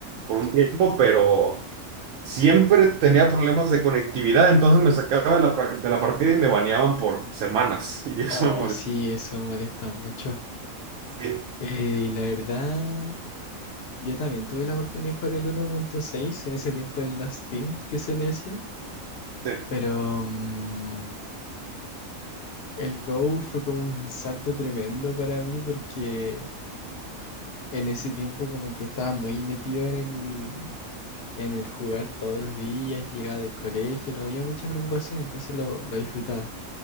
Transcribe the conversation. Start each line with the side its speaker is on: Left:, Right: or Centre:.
Right: por un tiempo, pero siempre tenía problemas de conectividad, entonces me sacaba de la, pra- de la partida y me baneaban por semanas <laughs> y eso
Left: Oh,
Right: me molestaba.
Left: sí, eso molesta mucho.
Right: Sí,
Left: Eh, la verdad. Yo también tuve la oportunidad de jugar el uno punto seis en ese tiempo el No Steam, que se le decía,
Right: sí,
Left: pero mm, el Go fue como un salto tremendo para mí porque en ese tiempo como que estaba muy metido en el, en el jugar todos los días, llegaba del colegio, no había mucha preocupación, entonces lo, lo disfrutaba.